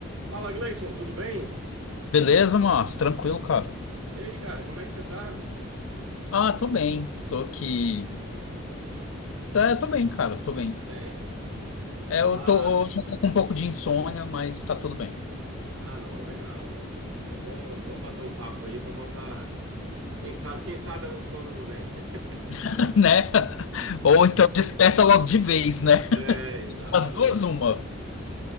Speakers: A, on the right; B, on the left.
A: Fala, Gleison, tudo bem?
B: Beleza, mas tranquilo, cara.
A: E aí, cara, como é que você tá?
B: Ah, tô bem. Tô aqui. Tá, eu tô bem, cara. Tô bem.
A: Bem?
B: É, eu
A: Tá.
B: tô, hoje eu tô com um pouco de insônia, mas tá tudo bem,
A: Ah, não, legal, legal. Mas É bom, bom bater um papo aí pra botar. Quem sabe, quem sabe o sono não vem. <laughs>
B: <laughs> né? Ou então desperta logo de vez, né?
A: É, exatamente.
B: As duas, uma.